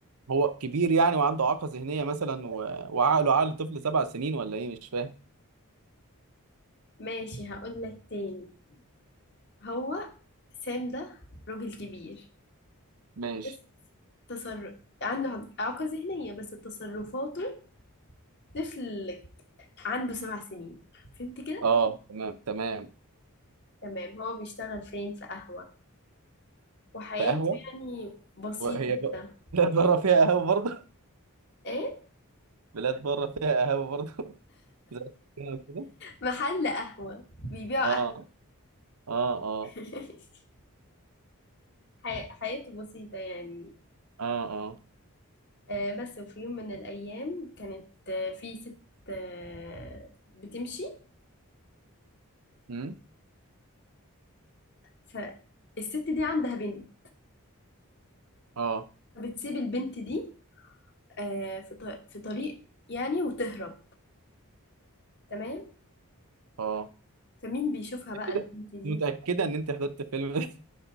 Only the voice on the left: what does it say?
ماشي هقول لك تاني هو سام ده راجل كبير
بس تصرف عنده عق- إعاقة ذهنية بس تصرفاته طفل عنده سبع سنين فهمت كده
تمام هو بيشتغل فين في قهوة وحياته
يعني بسيطة
كده
ايه
محل قهوة بيبيعوا
قهوة
<laughs> حي- حياته بسيطة يعني
آه، بس وفي يوم من الأيام كانت آه، في ست آه، بتمشي
فالست دي عندها بنت
فبتسيب البنت دي آه، في ط- في طريق يعني وتهرب تمام
فمين بيشوفها بقى
البنت دي